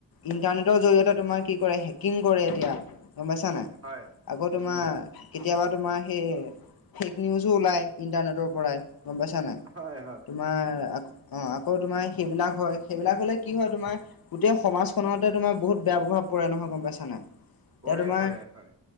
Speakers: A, on the left (about 75°); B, on the right (about 40°).
A: ইণ্টাৰনেটৰ জৰিয়তে তোমাৰ কি কৰে হেকিং কৰে এতিয়া। গম পাইছা নাই।
B: হয়
A: আকৌ তোমাৰ
B: উম
A: কেতিয়াবা তোমাৰ সেই ফেক নিউজো ওলায়। ইণ্টাৰনেটৰ পৰাই গম পাইছা নে নাই।
B: হয়-হয়।
A: তোমাৰ আকৌ অ, আকৌ তোমাৰ সেইবিলাক হয়। সেইবিলাক হ'লে কি হয় তোমাৰ। গোটেই সমাজখনতে তোমাৰ বহুত বেয়া প্ৰভাৱ পৰে নহয় গম পাইছা নাই।
B: পৰে
A: এতিয়া তোমাৰ
B: পৰে হয়